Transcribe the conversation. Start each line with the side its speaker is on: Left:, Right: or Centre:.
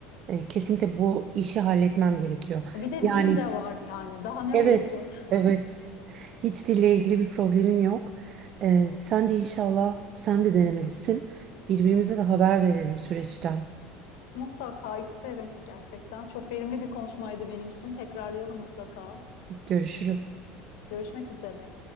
Right: e, kesinlikle bu işi halletmem gerekiyor.
Left: E, Bir de
Right: Yani
Left: dil de var yani. Daha ne
Right: evet,
Left: olsun?
Right: evet. Hiç dille ilgili bir problemim yok. E, sen de inşallah sen de denemelisin. Birbirimize de haber verelim süreçten.
Left: Mutlaka isterim gerçekten. Çok verimli bir konuşmaydı benim için. Tekrarlayalım mutlaka.
Right: Görüşürüz.
Left: Görüşmek üzere.